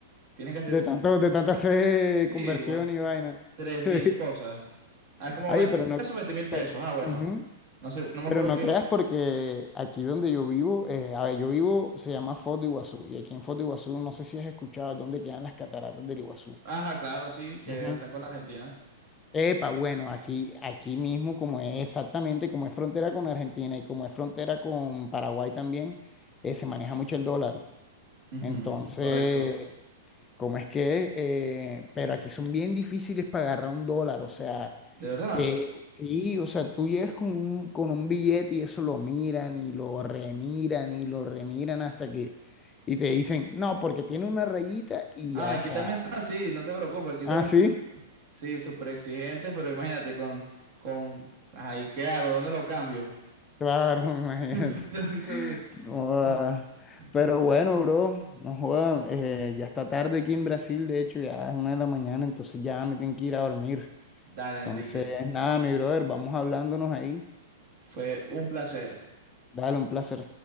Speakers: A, on the right; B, on the left.
A: tienes que hacer,
B: De tanto, de tanta hacer
A: sí,
B: conversión
A: como
B: y vaina. <laughs>
A: 3
B: Sí.
A: mil cosas. Ah, es como
B: Oye,
A: 20
B: pero no,
A: pesos, 20 mil pesos.
B: pe-
A: Ah, bueno.
B: ujú.
A: No sé, no me
B: Pero
A: acuerdo
B: no
A: que...
B: creas porque aquí donde yo vivo, eh, a ver, yo vivo, se llama Foz de Iguazú, y aquí en Foz de Iguazú, no sé si has escuchado dónde quedan las cataratas del Iguazú.
A: Ajá, claro, sí, que
B: Ujú.
A: están con Argentina.
B: Epa, bueno, aquí, aquí mismo, como es exactamente, como es frontera con Argentina y como es frontera con Paraguay también, eh, se maneja mucho el dólar.
A: Ujú,
B: Entonces,
A: correcto.
B: Correcto. ¿cómo es que? eh, pero aquí son bien difíciles para agarrar un dólar, o sea,
A: ¿De verdad?
B: te, sí, o sea, tú llegas con un, con un billete y eso lo miran y lo remiran y lo remiran hasta que, y te dicen, no, porque tiene una rayita y
A: Ah,
B: ya,
A: aquí
B: o sea,
A: también son así, no te preocupes, aquí
B: ah,
A: también...
B: sí.
A: Sí, súper exigentes, pero imagínate con... con... Ay, ¿qué hago? ¿Dónde lo cambio?
B: Claro, <laughs> imagínate.
A: <laughs>
B: No joda.
A: No. mm,
B: Pero bueno, bro, no joda, eh, ya está tarde aquí en Brasil, de hecho, ya es una de la mañana, entonces ya me tengo que ir a dormir.
A: Dale,
B: Entonces,
A: Enrique.
B: nada, mi brother, vamos hablándonos ahí.
A: Fue un placer.
B: Dale, un placer,